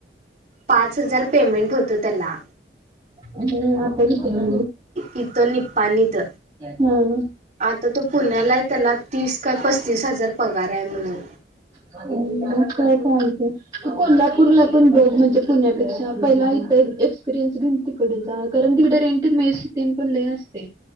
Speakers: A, on the right; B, on the right.
A: पाच हजार पेमेंट होतं त्याला.
B: हम् आता किती हाय
A: इथं निप्पाणीत
B: म? हम
A: आता तो पुण्याला आहे. त्याला तीस काय पस्तीस हजार पगार आहे म्हणून
B: हम मग काय चालतंय, तु कोल्हापूरला पण बघ म्हणजे पुण्यापेक्षा, पहिला इथे एक्सपिरीयन्स घेऊन तिकडं <unintelligible> कारण तिकडे रेंट मेस अन तेन पण लई असतंय.